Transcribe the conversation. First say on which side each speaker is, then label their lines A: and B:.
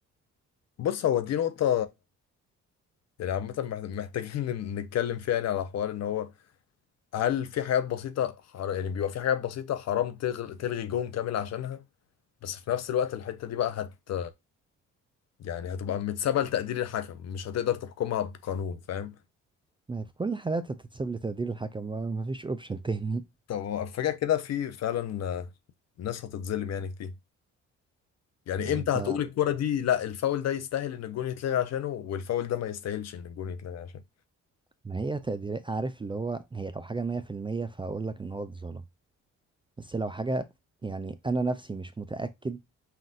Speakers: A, on the left; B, on the right.
A: بص هو دي نقطه يعني عامه مح- محتاجين <laughs> نتكلم فيها يعني على حوار ان هو هل في حاجات بسيطة حر... يعني بيبقى في حاجات بسيطة حرام تغل... تلغي جون كامل عشانها بس في نفس الوقت الحتة دي بقى هت يعني هتبقى متسابة لتقدير الحكم مش هتقدر تحكمها بقانون فاهم
B: ما هي في كل الحالات هتتساب لتقدير الحكم ما ما فيش اوبشن <laughs> تاني
A: طب هو فجأة كده في فعلا آه، ناس هتتظلم يعني كتير يعني
B: ما
A: امتى
B: انت
A: هتقول الكرة دي لا الفاول ده يستاهل ان الجون يتلغي عشانه والفاول ده ما يستاهلش ان الجون يتلغي عشانه
B: ما هي تقدير عارف اللي هو هي لو حاجة مية في المية فهقول لك ان هو اتظلم بس لو حاجة يعني انا نفسي مش متأكد